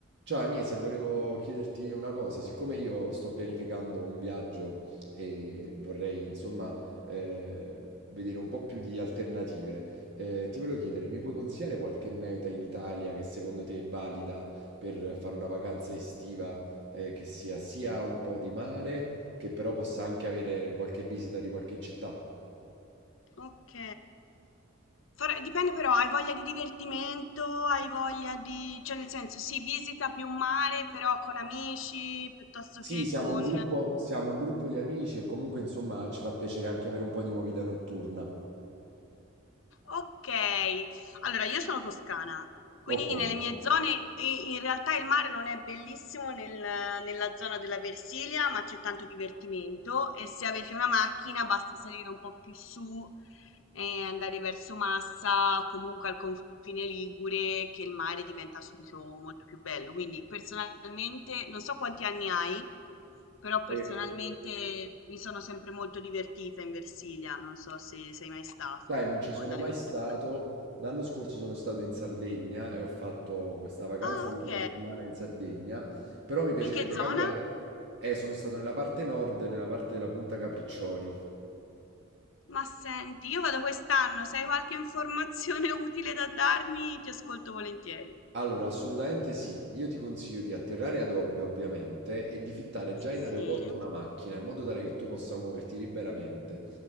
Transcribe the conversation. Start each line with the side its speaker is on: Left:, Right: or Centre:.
Right: Ciao Agnese, volevo chiederti una cosa, siccome io sto pianificando un viaggio e vorrei insomma eh, vedere un po' più di alternative, eh, ti volevo chiedere, mi puoi consigliare qualche meta in Italia che secondo te è valida per fare una vacanza estiva eh, che sia sia un po' di mare, che però possa anche avere qualche visita di qualche città?
Left: Ok. Fare- Dipende però, hai voglia di divertimento, hai voglia di... cioè nel senso, sì, visita più un mare, però con amici, piuttosto
Right: Sì,
Left: che
Right: siamo
Left: con...
Right: un gruppo, siamo un gruppo di amici e comunque insomma ci fa piacere anche avere un po' di movida notturna.
Left: Ok, allora io sono toscana, quindi
Right: Ok.
Left: nelle mie zone i- in realtà il mare non è bellissimo nel- nella zona della Versilia, ma c'è tanto divertimento e se avete una macchina basta salire un po' più su e da verso Massa, comunque al confine Ligure, che il mare diventa subito molto più bello. Quindi personalmente, non so quanti anni hai, però personalmente
Right: E-
Left: mi sono sempre molto divertita in Versilia, non so se sei mai stato
Right: Sai, non ci sono
Left: dalle
Right: mai
Left: nostre
Right: stato.
Left: parti.
Right: L'anno scorso sono stato in Sardegna e ho fatto questa vacanza
Left: Ah,
Right: di una
Left: ok.
Right: settimana in Sardegna, però mi piacerebbe
Left: In che zona?
Right: cambiare. Eh, sono stato nella parte nord, nella parte della Punta Capriccioli.
Left: Ma senti, io vado quest'anno, se hai qualche informazione utile da darmi, ti ascolto volentieri.
Right: Allora, assolutamente sì.
Left: Molto-
Right: Io ti consiglio di atterrare ad Olbia, ovviamente, e di fittare già
Left: Sì,
Right: in aeroporto una macchina in modo tale che tu possa muoverti liberamente.